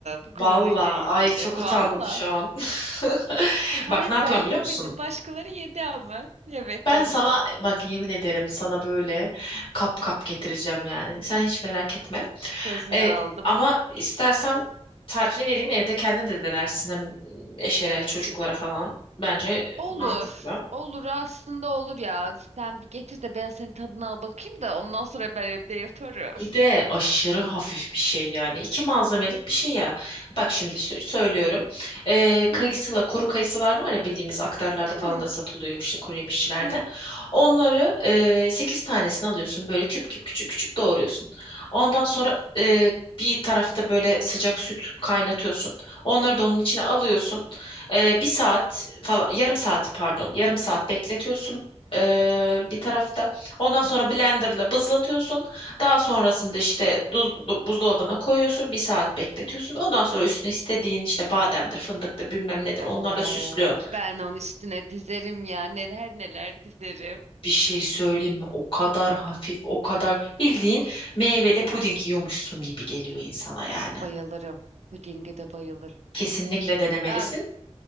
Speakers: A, on the right; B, on the left.
A: bu konuyla
B: Valla
A: ilgili.
B: ay çok
A: Valla.
B: utandım şu an. <laughs>
A: Hayır
B: Bak ne yapıyorum
A: ben yemedim.
B: biliyor musun?
A: Başkaları yedi ama. Evet
B: Ben
A: canım.
B: sana bak yemin ederim sana böyle kap kap getireceğim yani. Sen hiç merak etme.
A: Sözünü
B: E,
A: aldım.
B: ama istersen tarifini vereyim evde kendin de denersin hem eşe çocuklara falan. Bence
A: Olur.
B: mantıklı.
A: Olur aslında olur ya. Sen bir getir de ben senin tadına al bakayım da ondan sonra ben evde yaparım.
B: Bir de aşırı hafif bir şey yani. iki malzemelik bir şey ya. Bak şimdi sö- söylüyorum. Ee, kayısıla,
A: Hı
B: kuru kayısılar var ya bildiğimiz aktarlarda falan
A: hı
B: da satılıyor işte kuru yemişçilerde.
A: hı
B: Onları e, 8 tanesini alıyorsun. Böyle küp küp küçük küçük doğruyorsun. Ondan sonra e, bir tarafta böyle sıcak süt kaynatıyorsun. Onları da onun içine alıyorsun.
A: hı
B: E, bir saat falan yarım saat pardon yarım saat bekletiyorsun. e, bir tarafta. Ondan sonra
A: hı.
B: blenderla bızlatıyorsun. Daha sonrasında işte duz- du- buzdolabına koyuyorsun, bir saat bekletiyorsun. Ondan sonra üstüne istediğin işte bademdir, fındıktır, bilmem nedir
A: Oo,
B: onlarla süslüyorsun.
A: ben onun üstüne dizerim ya. Neler neler dizerim.
B: Bir şey söyleyeyim mi? O kadar hafif,
A: Evet,
B: o kadar bildiğin meyveli puding yiyormuşsun gibi geliyor insana yani.
A: bayılırım. Pudinge de bayılırım.
B: Kesinlikle denemelisin.
A: Ya